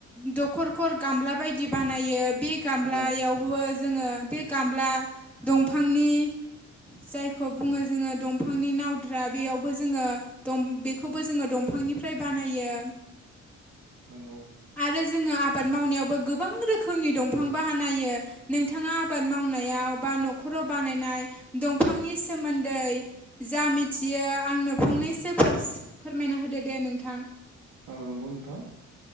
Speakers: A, in the centre; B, on the right.
A: दखरखर गामला बायदि बानायो बे गामलायावबो
B: औ
A: जोङो बे गामला। दंफांनि। जायखौ बुङो जोङो दंफांनि नावद्रा बेयावबो जोङो बेखौबो जोङो दंम फां निफ्राय बानायो।
B: नोंगौ
A: आरो जोङो आबाद मावनायावबो गोबां रोखोमनि दंफां बानायो। नोंथाङा आबाद मावनायाव बा नखराव बानायनाय दंफांनि सोमोन्दै। जा मिथियो आंनो फंनैसो फोरस फोरमायना होदो दे नोंथां।
B: औ नंगौ नोंथां